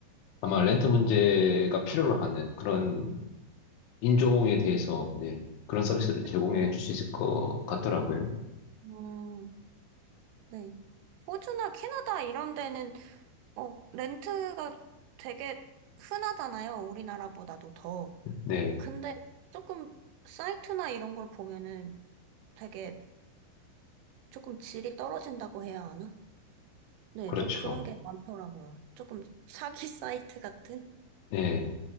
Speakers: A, on the left (about 80°); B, on the right (about 90°).
A: 아마 렌트 문제가 필요로 하는 그런 인종에 대해서, 네, 그런 서비스를 제공해
B: 어,
A: 줄 수 있을 것 같더라고요.
B: 음, 네. 호주나 캐나다 이런 데는 어, 렌트가 되게 흔하잖아요. 우리나라보다도 더.
A: 네,
B: 근데 조금 사이트나 이런 걸 보면은 되게 조금 질이 떨어진다고 해야 하나? 네,
A: 그렇죠.
B: 좀 그런 게 많더라고요. 조금 사기 <laughs> 사이트 같은?
A: 네.